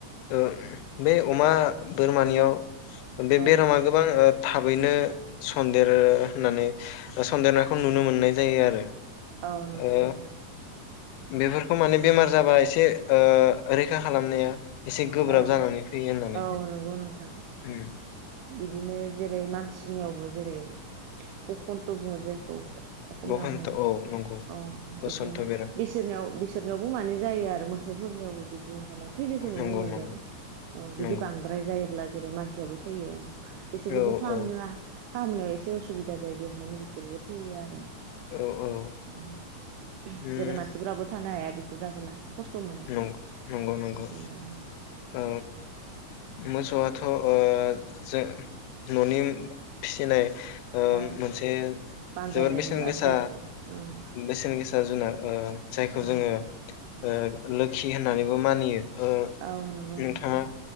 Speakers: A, on the left (about 85°); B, on the right (about 80°).
A: ओ बे अमा बोरमानियाव बे
B: औ
A: बेरामा गोबां ओ थाबैनो सन्देरो होननानै सन्देरनायखौ नुनो मोन नाय जायो आरो
B: औ नंगौ
A: ओ
B: नोंथां
A: बेफोरखौ माने बेमार जाबा एसे ओ रैखा खालामनाया एसे गोब्राब
B: औ
A: जानानै फैयो होननानै
B: औ नंगौ नोंथां
A: उम
B: बिदिनो जेरै मानसिनियावबो जेरै बखन्त बुङो जेखौ अखमियावहाय
A: बखन्थ' औ नंगौ
B: अ
A: बसन्थ'
B: बेखौहाय
A: बेराम
B: बिसोरनियाव बिसोरनियावबो माने जायो आरो मोसौफोरनियावबो बिदि ओंखारना थैनायखौ नुनो
A: नंगौ
B: मोन
A: नंगौ
B: औ बिदि
A: नंगौ
B: बांद्राय जायोब्ला जेरै मानसिया बो थैयो ओं बिसोरखौबो
A: औ
B: फाहामनो
A: औ
B: फाहामनायाव एसे असुबिदा जायो बेवहायनो बिसोरबो थैयो आरो
A: औ औ
B: उम
A: उम
B: जेरै मानसिफोराबो थानो हाया बेखौ जाबोला खस्थ मोनो
A: नं नंगौ नंगौ
B: बिदिनो
A: ओ मोसौआथ ओ जो ननि फिसिनाय ओ
B: औ
A: मोनसे
B: बानजायनाय
A: जोबोर बेसेन
B: जुनार
A: गोसा
B: जायखौ उम
A: बेसेन गोसा जुनार ओ जायखौ
B: औ
A: जोंङो ओ लोखि होननानैबो मानियो। ओ
B: औ नंगौ
A: नोंथाङा
B: नोंथां ।